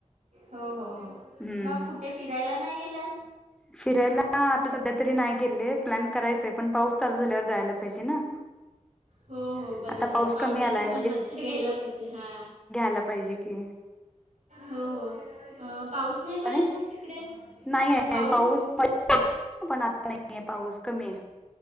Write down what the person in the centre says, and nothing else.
हम्म
फिरायला आता सध्या तरी नाही गेले प्लॅन करायचंय पण पाऊस चालू झाल्यावर जायला पाहिजे ना.
आता पाऊस
कमी आलाय
ला पाहिजे की
अरे
नाही आहे
मध्ये होता पण आता नाहीय पाऊस कमी आहे.